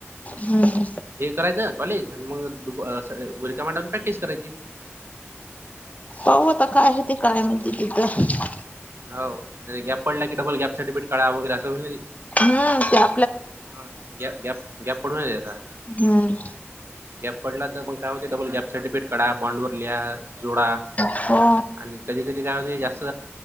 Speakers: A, on the left; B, on the right.
A: हम्म
B: हे करायचं कॉलेज मग दु उरक मड प्रॅक्टिस करायची.
A: पाह आता काय होती काय म्हणते तिथं
B: हो गॅप पडला की डबल गॅप सर्टिफिकेट का वगैरे असं होईल.
A: हम्म त्या
B: हा ग गॅप गॅप पडून राहील आता.
A: हम्म
B: गॅप पडला तर मग काय होते डबल गॅप सर्टिफिकेट काढा बँनडवर लिहा. जोडा
A: हो
B: आणि कधी कधी काय होते जास्त